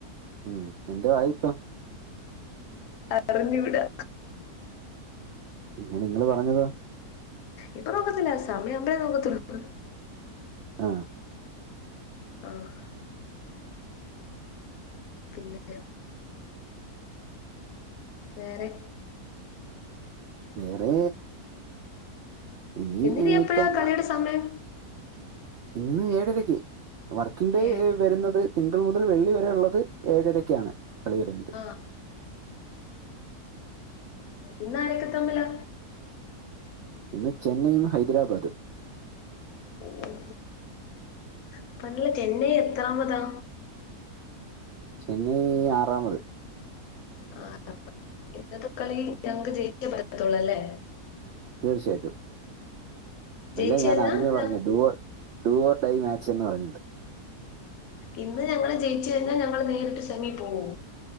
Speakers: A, on the right; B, on the left.
A: ഉം എന്തോ ആയി ഇപ്പം
B: അറിഞ്ഞുകൂടാ
A: പിന്നെ നിങ്ങള് പറഞ്ഞതോ
B: ഇപ്പൊ നോക്കത്തില്ല സമയംആകുമ്പഴേ നോക്കത്തോള്ളു
A: ആഹ്
B: ആഹ് പിന്നെ വേറെ
A: വേറെ ഇനി
B: എന്ന്നി എപ്പോഴാ
A: ഇപ്പം
B: കളിയുടെ സമയം
A: ഇന്ന് ഏഴരക്ക് വർക്കിംഗ് ഡേ
B: ഏഹ്
A: വരുന്നത് തിങ്കൾ മുതൽ വെള്ളി വരെ ഉള്ളത് ഏഴരയ്ക്കാണ് കളി വരുന്നേ
B: ആഹ് ഇന്നാരൊക്കെ തമ്മിലാ
A: ഇന്ന് ചെന്നൈയും ഹൈദരാബാദും
B: ഓഹ് ഇപ്പോ ചെന്നൈ എത്രാമതാ
A: ചെന്നൈ ആറാമത്
B: ആഹ് ഇന്നത്തെ കളി ഞങ്ങക്ക് ജയിച്ച പറ്റത്തുള്ളൂ അല്ലേ
A: തീർച്ചയായിട്ടും അതല്ലേ
B: ജയിച്ച്
A: ഞാൻ
B: കഴിഞ്ഞാ
A: ആദ്യമേ
B: ഞ
A: പറഞ്ഞ do or- do or die match എന്ന് പറഞ്ഞത്
B: ഇന്ന് ഞങ്ങള് ജയിച്ചു കഴിഞ്ഞാൽ ഞങ്ങള് നേരിട്ട് സെമി പോകോ